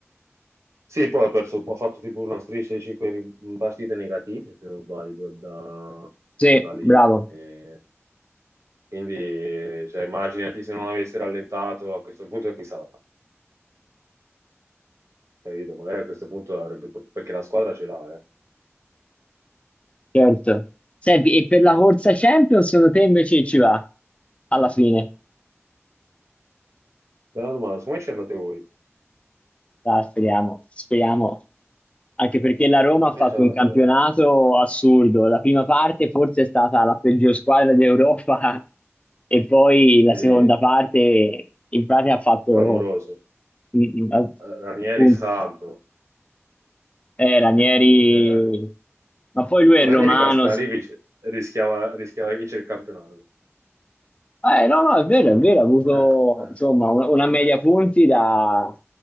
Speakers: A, on the right (about 85°); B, on the left (about 25°).
A: Sì, poi ha perso, ha fatto tipo una striscia di 5 partite negative, se non sbaglio, da,
B: Sì,
A: da lì.
B: bravo,
A: Eh, quindi, cioè, immaginati se non avesse rallentato a questo punto, chissà. capito? Magari a questo punto avrebbe portato, perché la squadra ce l'ha, eh.
B: certo. Senti, e per la corsa
A: Sì.
B: Champions, secondo te invece ci va alla fine?
A: Bella domanda, come ci andate voi?
B: Dai, speriamo, speriamo. Anche perché la Roma
A: Come
B: ha fatto
A: ci andate
B: un campionato
A: voi?
B: assurdo. La prima parte forse è stata la peggior squadra d'Europa <laughs> e poi la
A: Sì,
B: seconda parte in pratica ha fatto
A: clamoroso.
B: mm, mm, oh,
A: Eh, Ranieri
B: appunto
A: santo.
B: eh, Ranieri,
A: Eh,
B: ma poi lui
A: con
B: è
A: Ranieri
B: romano.
A: quella squadra
B: s-
A: lì vince- rischiava, rischiava di vincere il campionato.
B: Eh, no, no, è vero, è vero, ha avuto
A: Eh, eh.
B: insomma una, una media punti da,